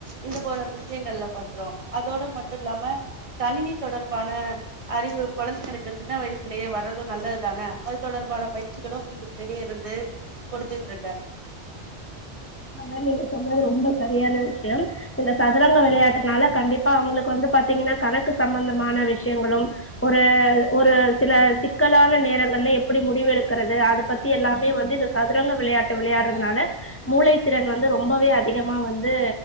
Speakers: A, on the right (about 30°); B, on the left (about 20°).
A: இந்த போல விஷயங்கள்ல பண்றோ அதோட மட்டு இல்லாம கணினி தொடர்பான அறிவு கொழந்தைங்களுக்கு சின்ன வயசுலேயே வர்றது நல்லதுதானே அது தொடர்பான பயிற்சிகளு வீட்டுக்குள்லேயே இருந்து கொடுத்துகிட்டு இருக்கே
B: அது மாரி நீங்க சொன்னது ரொம்ப சரியான விஷயம் இந்த சதுரங்க விளையாட்டுனால கண்டிப்பா அவங்களுக்கு வந்து பாத்தீங்கன்னா கணக்கு சம்பந்தமான விஷயங்களும் ஒரு ஒரு சில சிக்கலான நேரங்கள்ல எப்படி முடிவு எடுக்கிறது அத பத்தி எல்லாமே வந்து இந்த சதுரங்க விளையாட்டு விளையாடுறதுனால மூளை திறன் வந்து ரொம்பவே அதிகமா வந்து